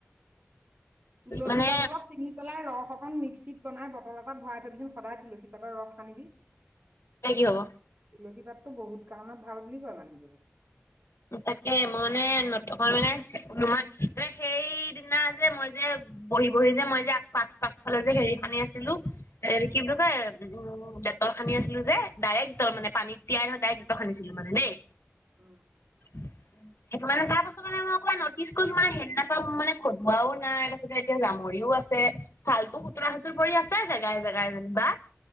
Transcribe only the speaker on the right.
তুলসী
পাত অলপ চিঙি উতলাই ৰস অকণ মিক্সিত বনাই বটল এটাত ভৰাই থবিচোন সদায় তুলসী পাতৰ ৰস সানিবি।
তুলসী পাততো বহুত কাৰণত ভাল বুলি কয় মানুহবোৰে।
উম।